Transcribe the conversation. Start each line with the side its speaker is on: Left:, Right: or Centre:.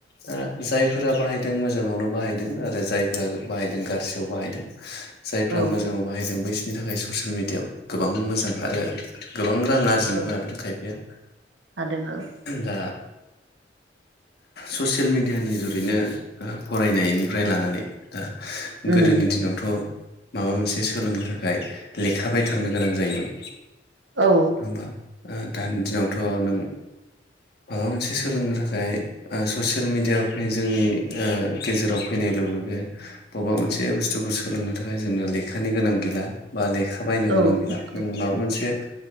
Left: जाय जायफोरा बाहायदों मोजाङावनो बाहायदों आरो जायफोरा बाहायदों गारजियाव बाहायदों जायफ्रा
Right: औ
Left: मोजाङाव बाहायदोंमो बैसनि थाखाय ससियेल मिडिया गोबां मोजां आरो गोबां रां आरजिनोबो
Right: औ
Left: हादों खायफाया
Right: हादों औ
Left: दा ससियेल मिडियानि जुरैनो फरायनायनिफ्राय लानानै दा
Right: उम
Left: गोदोनि दिनावथ माबा मोनसे सोलोंनो था थाखाय लेखाबायथारनो गोनां जायोमोन
Right: औ
Left: होनबा ओ दानि दिनावथ नों माबा मोनसे सोलोंनो थाखाय ओ ससियेल मेडिया फै जों गेजेराव फैनाय लोगो लोगो बबेबा मोनसे बुस्थुखौ सोलोंनो थाखाय जोंनो लेखानि गोनां गैला बा लेखा बायनो
Right: औ
Left: गोनां गैला
Right: नंगौ
Left: नों माबा मोनसे